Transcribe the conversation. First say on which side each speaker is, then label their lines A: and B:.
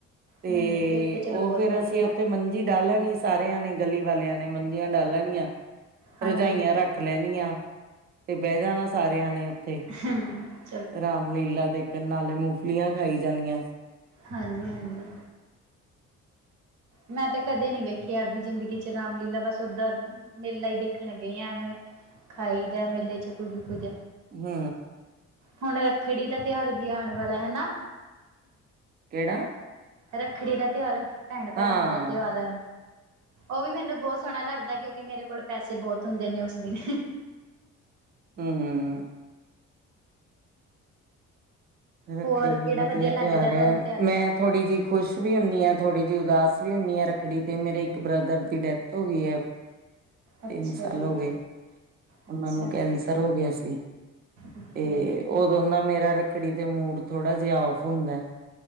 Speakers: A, on the right (about 30°); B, on the right (about 75°).
A: ਤੇ--ਔ
B: ਨਹੀਂ ਨਹੀਂ ਫਿਰ ਤਾਂ ਚਲੋ ਬਹੁਤ
A: ਫੇਰ
B: ਵਧੀਆ
A: ਅਸੀਂ ਔਥੇ ਮੰ ਜੀ ਡਾ ਲੈਨੀ ਸਾਰੇਆਂ ਨੇ ਗਲੀ ਵਾਲੇਆਂ ਨੇ ਮੰਜੀਆਂ ਡਾ ਲੈਨੀਆਂ।
B: ਹਾਂਜੀ
A: ਰਜਾਈਆਂ ਰੱਖ ਲੈਨੀਆਂ, ਤੇ ਬੈ ਜਾਨਾ ਸਾਰੇਆਂ ਨੇ ਔਥੇ।
B: ਹੂੰ
A: ਰਾਮਲੀਲਾ ਦੇਖਨ, ਨਾਲੇ ਮੁਫਲੀਆਂ ਖਾਈ ਜਾਣੀਆਂ।
B: ਹਾਂਜੀ, ਹਾਂਜੀ। ਮੈਂ ਤੇ ਕਦੇ ਨੀ ਵੇਖੀ ਆਪਦੀ ਜ਼ਿੰਦਗੀ ਚ ਰਾਮਲੀਲਾ ਬਸ ਔਦਾਂ ਮੇਲਾ ਈ ਦੇਖਣ ਗਏ, ਐਵੇਂ ਖਾਈ ਦੈ ਮੇਲੇ ਚ ਕੁਝ-ਕੁਝ।
A: ਹੂੰ
B: ਹੁਣ ਰੱਖੜੀ ਦਾ ਤੇਆਰ ਵੀ ਆਣ ਵੜੈ ਹੈ ਨਾ?
A: ਕੇੜਾ?
B: ਰੱਖੜੀ ਦਾ ਤੇਆਰ ਭੈਣ ਭਰਾਵਾਂ
A: ਹਾਂ
B: ਦਾ ਤੇਆਰ ਐ। ਉਹ ਵੀ ਮੈਨੂੰ ਬੋ ਸੋਣਾ ਲੱਗਦਾ ਕਿ ਮੇਰੇ ਕੋਲ ਪੈਸੇ ਬੋਤ ਹੁੰਦੇ ਨੇ ਔਸ ਦਿਣ
A: ਹੂੰ, ਹੂੰ ਰੱਖੜੀ
B: ਹੋਰ
A: ਵੀ
B: ਕਿਹੜਾ
A: ਵਦੀਆ
B: ਵਧੀਆ ਲੱਗਦਾ
A: ਤਿਉਆਰ
B: ਤੁਹਾਨੂੰ
A: ਆ
B: ਤਿਉਹਾਰ
A: ਮੈਂ ਥੋੜੀ ਜਿ ਖੁਸ਼ ਵੀ ਹੁੰਨੀ ਆਂ, ਥੋੜੀ ਜਿ ਉਦਾਸ ਵੀ ਹੁੰਨੀ ਆਂ, ਰੱਖੜੀ ਤੇ ਮੇਰੇ ਇੱਕ ਬ੍ਰਦਰ ਦੀ ਡੈਥ ਹੋ ਗਈ ਐ
B: ਅੱਛਾ
A: ਤਿੰਨ ਸਾਲ
B: ਜੀ
A: ਹੋ ਗੇ।
B: ਅੱਛਾ
A: ਔਨਾਂ ਨੂੰ ਕੈਂਸਰ
B: ਜੀ
A: ਹੋ ਗੇਆ ਸੀ।
B: ਓਕੇ
A: ਏ ਔਦੋਂ ਦਾ ਮੇਰਾ ਰੱਖੜੀ ਤੇ ਮੂਡ ਥੋੜਾ ਜੇਆ ਔਫ ਹੁੰਦੈ।